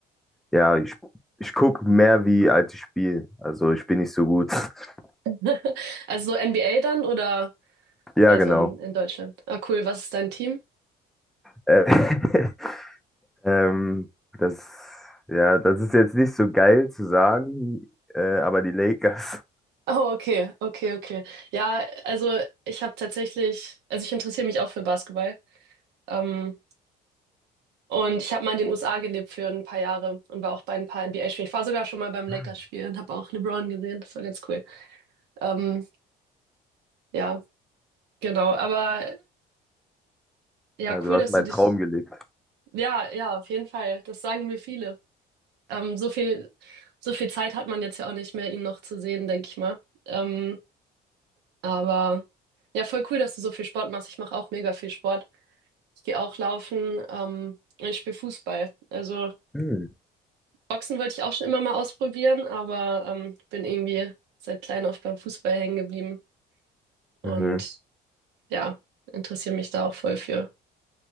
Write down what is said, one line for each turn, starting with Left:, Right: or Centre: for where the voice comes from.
Centre: ja, ich, ich gucke mehr wie als ich spiele, also ich bin nicht so gut. <laughs>
Right: <laughs> Also so NBA dann oder
Centre: Ja,
Right: eher
Centre: genau.
Right: so in, in Deutschland? Ah, cool. Was ist dein Team?
Centre: Äh, <laughs> Ähm, das, ja, das ist jetzt nicht so geil zu sagen, äh, aber die Lakers.
Right: Oh, okay, okay, okay. Ja, also ich habe tatsächlich, also ich interessiere mich auch für Basketball. Ähm, und ich habe mal in den USA gelebt für ein paar Jahre und war auch bei ein paar NBA-Spielen. Ich war sogar schon mal beim Lakers-Spiel
Centre: <laughs>
Right: und habe auch LeBron gesehen. Das war ganz cool. Ähm, ja, genau. Aber ja,
Centre: Ja, du
Right: cool,
Centre: hast
Right: dass
Centre: meinen
Right: du dich.
Centre: Traum gelebt.
Right: Ja, ja, auf jeden Fall. Das sagen mir viele. Ähm, so viel, so viel Zeit hat man jetzt ja auch nicht mehr, ihn noch zu sehen, denke ich mal. Ähm, aber ja, voll cool, dass du so viel Sport machst. Ich mache auch mega viel Sport. Ich gehe auch laufen, ähm, und ich spiele Fußball. Also
Centre: Hm.
Right: Boxen wollte ich auch schon immer mal ausprobieren, aber ähm, bin irgendwie seit klein auf beim Fußball hängen geblieben. Und
Centre: Mhm.
Right: ja, interessiere mich da auch voll für.